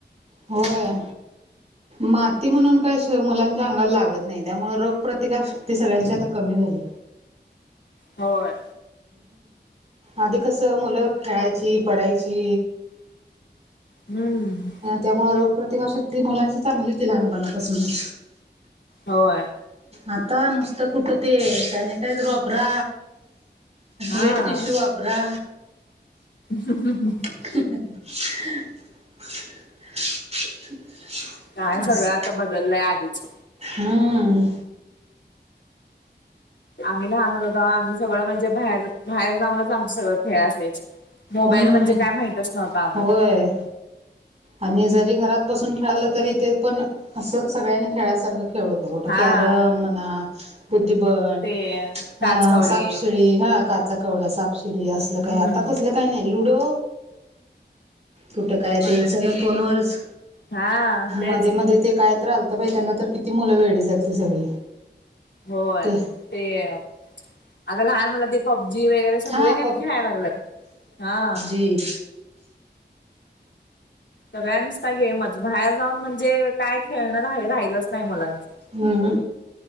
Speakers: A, on the right (about 35°); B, on the left (about 80°).
A: होय माती म्हणून काय मुलांच्या अंगाला लागत नाही त्यामुळे रोग प्र्रतिकार शक्ती सगळ्यांची आता कमी झाली
B: होय
A: आधी कसं मुलं खेळायची पडायची
B: हम्म
A: त्यामुळे रोग प्र्रतिकारशक्ती मुलांची चांगली होती लानपणापासूनच
B: होय
A: आता नुसत कुठती सॅनीिटैझर अप्र
B: हा
A: वेटी शू अपरा
B: ह ह ह ह.
A: <inaudible> <unintelligible> <unintelligible>
B: काय सगळं
A: अस
B: आता बदललंय आधीच.
A: हम्म.
B: आमेला आन. आम्ही सगळ म्हणजे बा बाहेर जाऊनचम सगळ खेळ असाय मोबाईल
A: हम्म
B: म्हणजे काय माह. होता आम्हाला‌
A: होय आणि जरी घरात बसून खेळालं तरी ते पण असं सगळ्यांनी खेळासारखं खेळत. त्या गोटं
B: हा
A: कॅरम म कुदी बळ.
B: ते.
A: अ
B: काचकवडी
A: सापसिडी हा काचा कवड्या सापसिडी असलं
B: हम्म
A: काय आता. कसलं काय नाही लुडो. <inaudible> कुठं काय ते सगळं फोनवरच
B: हा तेच
A: मध्ये मध्ये ते काय. लत बाई त्यांना तर किती मुलं वेळे झालती सगळी.
B: होय
A: ते
B: ते. आता लहान मुला ते पब्जी वगैरे सगळ
A: हा
B: काय खेळायला लागलं हा.
A: ती.
B: सगळ्यांनीचता गेमच बाहेर जाऊन म्हणजे काय खेळणं राहिलच नाही मुलांचं.
A: ह्